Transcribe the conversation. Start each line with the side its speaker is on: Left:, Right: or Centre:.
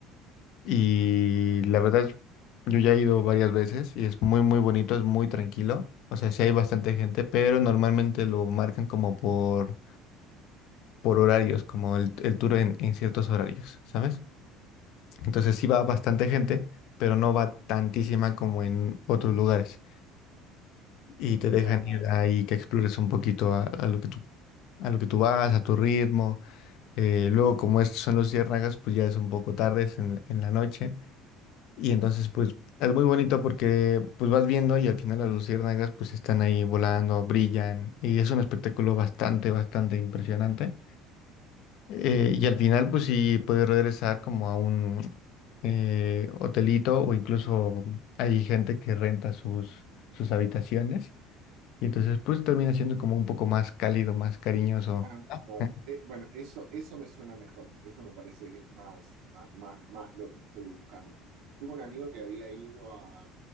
Left: Y la verdad, yo ya he ido varias veces y es muy, muy bonito, es muy tranquilo. O sea, sí hay bastante gente, pero normalmente lo marcan como por, por horarios, como el, el tour en, en ciertos horarios, ¿sabes? Entonces sí va bastante gente, pero no va tantísima como en otros lugares. Y te dejan
Right: Claro.
Left: ir ahí que explores un poquito a, a lo que tú, a lo que tú vas, a tu ritmo. Eh, luego, como estos son los ciérnagas, pues ya es un poco tarde, es en, en la noche. Y entonces, pues, es muy bonito porque, pues, vas viendo y al final las luciérnagas, pues, están ahí volando, brillan, y es un espectáculo bastante, bastante impresionante. Eh, y al final, pues, sí puedes regresar como a un eh, hotelito o incluso hay gente que renta sus, sus habitaciones. Y entonces, pues, termina siendo como un poco más cálido, más cariñoso.
Right: Ah,
Left: Ah,
Right: claro.
Left: <laughs>
Right: Eh, bueno, eso, eso me suena mejor. Eso me parece que es más, más, más, más lo que estoy buscando. Tengo un amigo que había ido a,